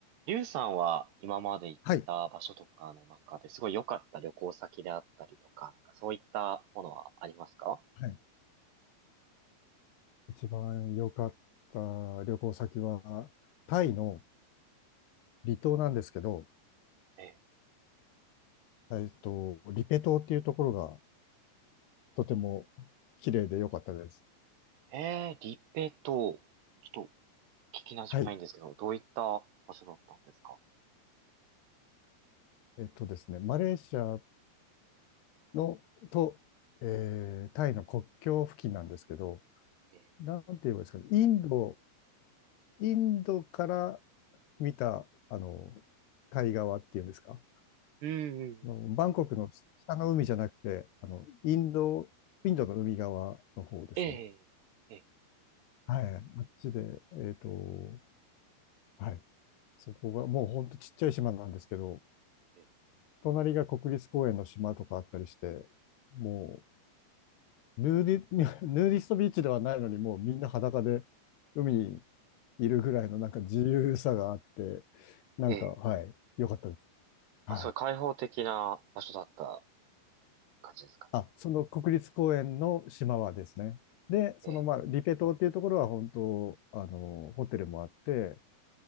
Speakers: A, on the right (about 70°); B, on the left (about 70°).
A: リュウさんは今まで行った場所とかの中ですごい良かった旅行先であったりとか、
B: はい。
A: なんかそういったものはありますか
B: はい。一番良かった旅行先は、タイの離島なんですけど、
A: え、
B: えっと、リペ島っていうところがとても綺麗で良かったです。
A: えー、リペと、ちょっと聞き馴染みないんですけど、
B: はい。
A: どういった場所だったんですか
B: えっとですね、マレーシアのと、えータイの国境付近なんですけど、
A: え
B: なんて言えばいいですかね、インド、インドから見た、あの、タイ側っていうんですか、
A: ー、うんうんうん。
B: あのバンコクの下の海じゃなくて、あの、インド、インドの海側の方ですね。
A: えー、え
B: はい、あっちで、えっと、はい、そこが、もうほんとちっちゃい島なんですけど、
A: ー、え
B: 隣が国立公園の島とかあったりして、もう、ヌーディ、<laughs> ヌーディストビーチではないのに、もうみんな裸で海にいるぐらいのなんか自由さがあって、なんか、
A: ー、えー、えー
B: はい、良かったです。はい。
A: あ、そういう開放的な場所だった感じですか
B: あ、その国立公園の島はですね。で、その、
A: えー、
B: まあ、リペ島っていうところは本当、あの、ホテルもあって、